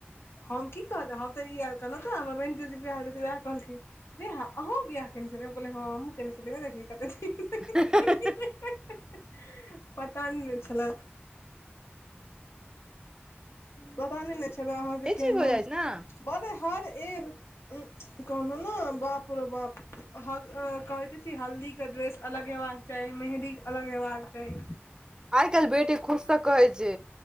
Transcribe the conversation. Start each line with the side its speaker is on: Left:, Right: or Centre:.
Left: हम की <unintelligible> हम तऽ ई अर कहलौ तऽ हमरा बहिन के जे बियाह हेतै वैह कहलखिन नेहा अहूँ बियाह केने छेलियै हम कहलियै हँ हमहूँ केने छलियै नै देखली कते निक
Right: <inaudible>
Left: ह ह ह पता नैय न छेलैय पता नैय न छेलै अहाँकेँ
Right: ई
Left: केहन
Right: चीज हो
Left: हम
Right: जाइ छै ने
Left: बर हर ए उ कहलौ नऽ बाप रौ बाप ह -कहै तऽ छी हल्दी कऽ ड्रेस अलग एबाक चाही मेंहदीक अलग एबाक चाही
Right: आइय काइल बेटी खुद सँ कहेै छै